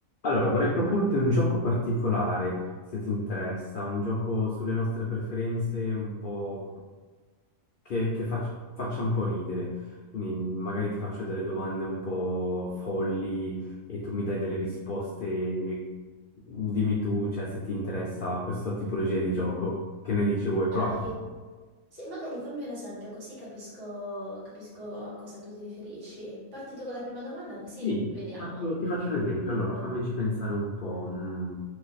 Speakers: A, on the left; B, on the right.
A: Allora, vorrei proporti un gioco particolare, se ti interessa, un gioco sulle nostre preferenze, un po' che, che fac- faccia un po' ridere. Quindi magari ti faccio delle domande un po' folli e tu mi dai delle risposte. Dimmi tu, cioè, se ti interessa questa tipologia di gioco. Che ne dici? Vuoi
B: Dai,
A: provare?
B: sì, magari fammi un esempio così capisco, capisco a cosa tu ti riferisci. Parti tu con la prima domanda così
A: Sì,
B: vediamo.
A: faccio- ti faccio un esempio. Allora, fammici pensare un po'. Mm,